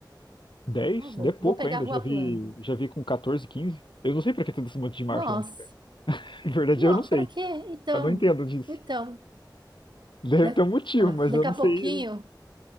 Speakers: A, on the left (about 80°); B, on the right (about 70°).
A: 10?
B: não vou.
A: é pouco
B: Vou pegar
A: ainda.
B: a rua
A: Eu Já vi,
B: plana.
A: já vi com 14, 15. Eu não sei pra que tem esse monte de marcha
B: Nossa,
A: na bicicleta. <laughs> Na verdade,
B: não,
A: eu não sei.
B: para quê? Então,
A: Eu não entendo disso.
B: então.
A: Deve
B: Da-
A: ter um motivo,
B: ah,
A: mas
B: daqui
A: eu não
B: a
A: sei.
B: pouquinho,